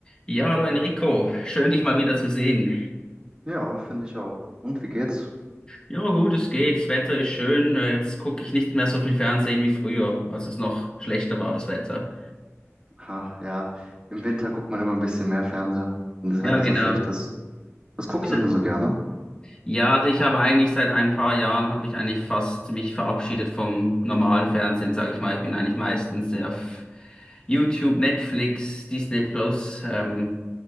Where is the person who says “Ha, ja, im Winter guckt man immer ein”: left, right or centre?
Right